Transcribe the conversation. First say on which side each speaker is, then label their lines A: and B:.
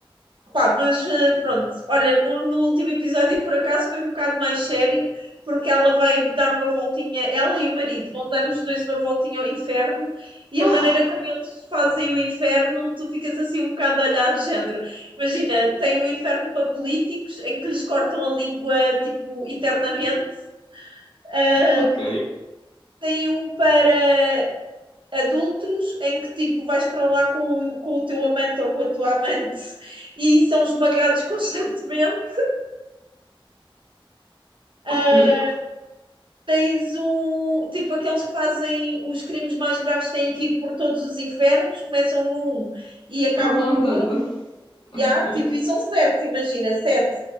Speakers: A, on the right; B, on the left.
A: Pá, mas eh, pronto, olha, no, no último episódio por acaso foi um bocado mais sério, porque ela vai dar uma voltinha, ela e o marido vão dar os dois uma voltinha ao inferno, e
B: Ah,
A: a maneira como eles fazem o inferno, tu ficas assim um bocado olhado, de género. Imagina, tem um inferno para políticos, em que lhes cortam a língua, tipo, eternamente, ah,
B: ok,
A: tem um para adultos em que tipo vais para lá com, o- com o teu amante ou com a tua amante e são esmagados <laughs> constantemente.
B: ok.
A: Ah, tens um tipo aqueles que fazem os crimes mais graves têm que ir por todos os infernos, começam num e acabam
B: Ah, vão
A: no
B: andando.
A: outro.
B: Ok.
A: E há, tipo, e são sete, imagina, sete.